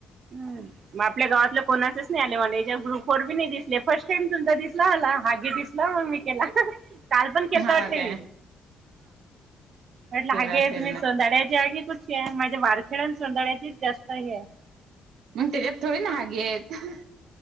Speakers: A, on the right (about 60°); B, on the right (about 75°).
A: मग आपल्या गावातलं कोणासच नाही आले म्ह याच्या ग्रुप वर बी नाही दिसले. फर्स्ट टाईम तुमचा दिसला मला हगी दिसला मग मी केला काल पण केलता
B: हा
A: वाटते
B: काय
A: मी म्हटले
B: केला असेल
A: <inaudible> तुम्ही
B: ना
A: सोधाड्याचे आहेगे कुठ माझ्या वारखेड्या सोंदाड्याचीच जास्त हे
B: मग त्याच्यात थोडी नाहाग आहेतेत